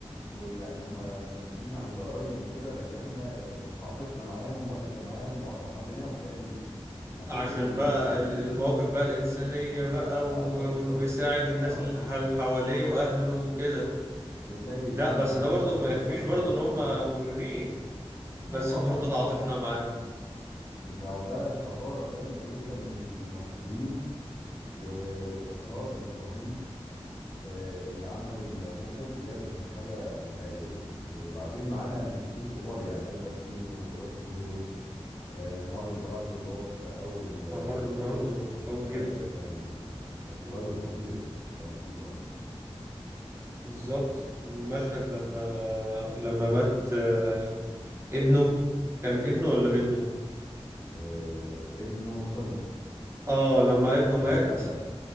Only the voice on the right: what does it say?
عشان
بقى ال- المواقف بقى الإنسانية بقى
و-
وإنه بيساعد الناس
اللي ح-
اللي حواليه وأهله وكده
ده بس
ده
برضه
ما يخفيش
برضه
إن هم مجرمين
بس
<laughs> برضه تعاطفنا
معاه
مع مارلون براندو
قوي
جدا
آه،
بالظبط والمشهد لما لما مات آه، ابنه كان ابنه ولا بنته
اه لما ابنه
مات